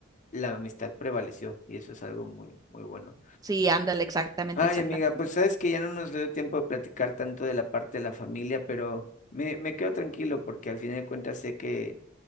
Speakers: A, on the left; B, on the right.
A: la amistad prevaleció y eso es algo muy, muy bueno.
B: Sí, ándale, exactamente,
A: Ay,
B: exactamente.
A: amiga, pues sabes que ya no nos dio tiempo de platicar tanto de la parte de la familia, pero me, me quedo tranquilo porque al final de cuentas sé que,